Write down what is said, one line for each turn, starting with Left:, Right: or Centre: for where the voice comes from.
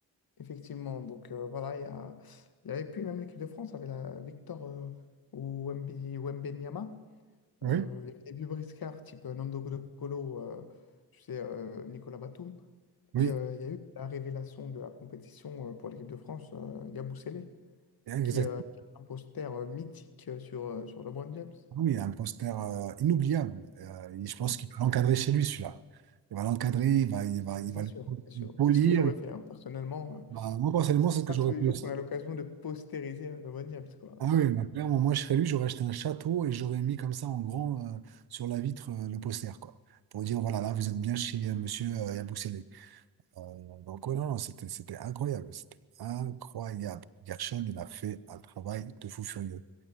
Left: Effectivement. Donc euh, voilà, il y a, il y avait plus même l'équipe de France avait la Victor euh, ou Wemby- Wembenyama.
Right: Oui,
Left: Euh, il y avait des vieux briscards type euh, Nando Colo, Colo, euh, tu sais, euh, Nicolas Batum.
Right: oui.
Left: Et euh, il y a eu la révélation de la compétition euh, pour l'équipe de France, euh, Yabusele,
Right: Exactement.
Left: qui, euh, qui a un poster euh, mythique euh, sur, euh, sur LeBron James.
Right: Oui, un poster euh, inoubliable. Euh, et je pense
Left: Mm.
Right: qu'il peut l'encadrer chez lui, celui-là. Il va l'encadrer, il va, il va, il
Left: C'est
Right: va
Left: sûr,
Right: le pol-
Left: c'est sûr.
Right: le polir.
Left: C'est ce que j'aurais fait, hein. Personnellement, euh,
Right: Bah, moi, personnellement,
Left: c'est
Right: c'est ce que
Left: pas
Right: j'aurais
Left: tous les
Right: fait
Left: jours
Right: aussi.
Left: qu'on a l'occasion de postériser euh, le Von James, quoi.
Right: Ah oui, bah, clairement, moi, je serais lui, j'aurais acheté un château et j'aurais mis comme ça en grand euh, sur la vitre euh, le poster, quoi. Pour dire, voilà, là, vous êtes bien chez euh, monsieur euh, Yabousselé. Euh, donc, ouais, non, non, c'était, c'était incroyable. C'était incroyable. Gershon, il a fait un travail de fou furieux.